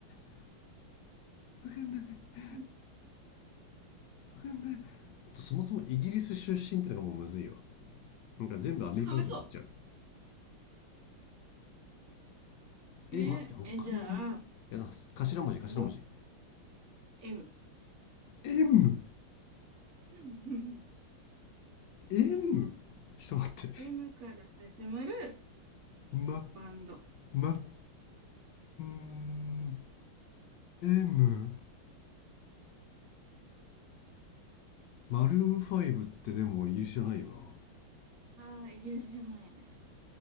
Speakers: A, on the left; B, on the right.
A: かんない、わかんない、わ
B: <laughs> うん
A: かんない。そもそもイギリス出身ってのがもうむずいよ。なんか全部アメリカだと思っちゃう。
B: 嘘、嘘。
A: え、
B: えーえ、
A: 待って、他にいる
B: じゃあ、
A: いや、だ頭文字、頭文字。
B: よ、M。
A: M、
B: <laughs>
A: M。ちょっと待って。
B: M から始まる
A: ま、
B: バンド。
A: ま、んー M マルーンファイブってでもイギリスじゃないよ
B: ああ、イギリスじゃないね。